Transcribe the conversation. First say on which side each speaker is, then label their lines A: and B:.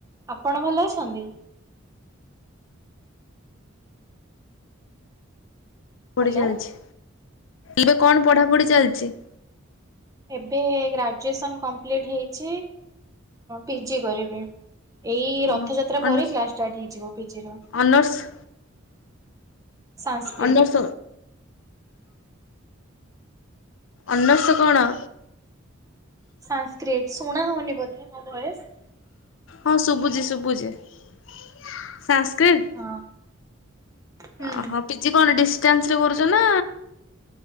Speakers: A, on the right (about 15°); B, on the left (about 65°).
A: ଆପଣ ଭଲ ଅଛନ୍ତି?
B: ପଢ଼ି
A: ହ୍ୟାଲୋ
B: ଚାଲଛି, ଏବେ କଣ ପଢାପଢି ଚାଲିଛି?
A: ଏବେ ଗ୍ରାଜୁଏସନ କମ୍ପ୍ଲିଟ୍ ହେଇଛି, ପିଜି କରିବି। ଏଇ
B: ହଁ
A: ରଥଯାତ୍ରା
B: ଅନର୍ସ
A: ପରେ କ୍ଲାସ ଷ୍ଟାର୍ଟ ହେଇଯିବ ପିଜିର।
B: ଅନର୍ସ?
A: ସାନସ୍କ୍ରିଟ।
B: ଅନର୍ସ ଅନର୍ସ କଣ?
A: ସାନସ୍କ୍ରିଟ, ଶୁଣା ହଉନି ବୋଧେ ମୋ ଭଏସ?
B: ହଁ ଶୁଭୁଛି ଶୁଭୁଛି ସାନସ୍କ୍ରିଟ।
A: ହଁ। ହୁଁ
B: ଅହୋ ପିଜି କଣ ଡିଷ୍ଟାନ୍ସରେ କରୁଛ ନା